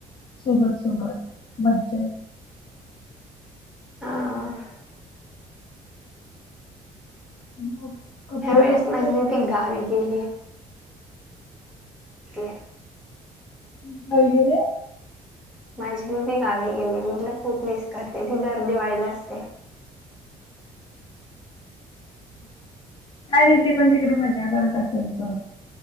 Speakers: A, on the left; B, in the centre.
A: सोबत सोबत मज्जा येते.
B: ह...
A: <unintelligible>
B: ह वेळेस
A: कसले
B: माजली
A: घेतलेस
B: त गावी गेली आहे. <inaudible>
A: <unintelligible>
B: माझी भी ती गावी गेली, मी तिला खूप मिस करते. ती दर दिवाळीला असते.,
A: काय नाही ती पण तिकडे मज्या करत असेल तर,